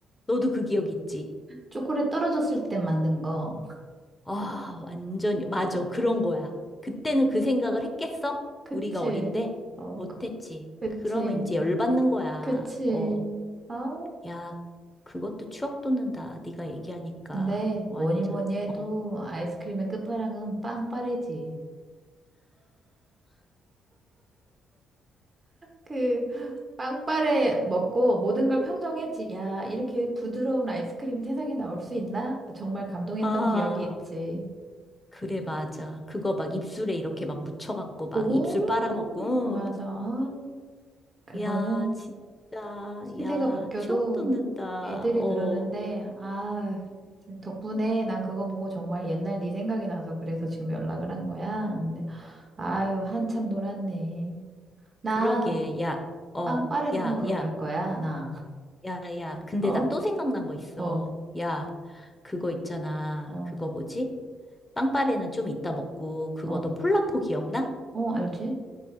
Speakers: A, on the left; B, on the right.
A: 너도 그 기억 있지?
B: 초콜릿 떨어졌을 때 만든 거.
A: 아, 완전, 맞아. 그런 거야. 그때는 그 생각을 했겠어?
B: 그치.
A: 우리가 어린데?
B: 어,
A: 못했지.
B: 그- 그치.
A: 그러면 이제 열받는 거야.
B: 그치.
A: 어,
B: 아.
A: 야, 그것도 추억 돋는다. 네가 얘기하니까.
B: 근데
A: 완전,
B: 뭐니 뭐니 해도
A: 어.
B: 아이스크림의 끝판왕은 빵빠레지. 그 빵빠레 먹고 모든 걸 평정했지. 야, 이렇게 부드러운 아이스크림 세상에 나올 수 있나? 정말 감동했던
A: 아,
B: 기억이 있지.
A: 그래, 맞아. 그거 막 입술에 이렇게 막 묻혀갖고 막
B: 오,
A: 입술 빨아먹고.
B: 맞아. 아, 그거는
A: 응. 야, 진짜.
B: 시대가
A: 야,
B: 바뀌어도
A: 추억 돋는다.
B: 애들이
A: 어.
B: 그러는데, 아, 덕분에 난 그거 보고 정말 옛날 네 생각이 나서 그래서 지금 연락을 한 거야. 근데, 아유, 한참 놀았네. 나
A: 그러게, 야, 어,
B: 빵빠레 사
A: 야,
B: 먹으러
A: 야.
B: 갈 거야, 나. <laughs>
A: 야, 야, 근데
B: 어?
A: 나 또 생각난 거 있어.
B: 어,
A: 야, 그거 있잖아.
B: 어,
A: 그거 뭐지? 빵빠레는 좀 이따 먹고, 그거
B: 어,
A: 너 폴라포 기억나?
B: 어, 알지?